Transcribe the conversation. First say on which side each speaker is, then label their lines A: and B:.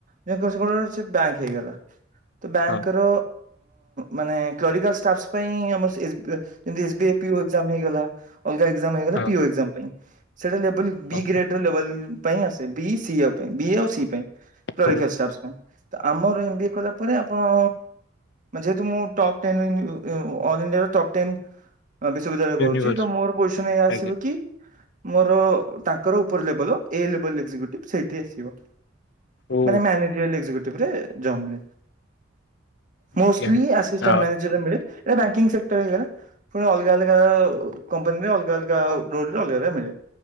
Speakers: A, on the right; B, on the left.
A: ସେ ବ୍ୟାଙ୍କ ହେଇଗଲା। ତ ବ୍ୟାଙ୍କ
B: ହଁ
A: ର ମାନେ କ୍ଲନିକାଲ୍ ଷ୍ଟାଫ୍ସ ପାଇଁ ଆମର ଏମିତି ଏସବିଆଇ ଏକ୍ସାମ ହେଇଗଲା। ଅଲଗା ଏକ୍ଜାମ ହେଇଗଲା
B: ହଁ
A: ପି ଏ ସେଟାେଲ
B: ହଁ
A: ବି ଗ୍ରେଡ ଲେଲ ପାଇଁ ଆସେ। ବି ସି ଆ ପାଇଁ ବି ଆଉ ସି ପାଇଁ <unintelligible>
B: ହଉ।
A: ପାଇଁ। ତ ଆମର ଏମବଏ କଲା ପରେ ଆପଣ ଯେହେତୁ ମୁପ୍ ଟପ ଟେନ୍ ଅଲ୍ ଇଣ୍ଡିଆନ ର ଟପ୍ ଟେନ୍। ବିଶ୍ୱବିଦ୍ୟାଳୟ କରୁଛି
B: ୟୁନିଭର୍ସିଟି
A: ତ ମୋର ପଇସାନ ଏ ଆସିବ
B: ଆଜ୍ଞା
A: କି। ମୋର ତାଙ୍କର ଉପର ଲେବଲ ଆସିବ।
B: ଓ
A: ମାନେ ମ୍ୟାନେଜରେ <unintelligible> ମୋଷ୍ଟଲି
B: ଆଜ୍ଞା।
A: ଆଟ
B: ହଁ
A: ମାନେଜର ମିଲେ ଏଟା ବ୍ୟାକିଂ ସେକ୍ଟରଲା ପୁଣି ଅଲଗା ଅଲଗା କମ୍ପାନୀରେ, ଅଲଗା ଅଲଗା ରୋଲ ରେ ଅଲଗା ଅଲଗା ମିଳେ।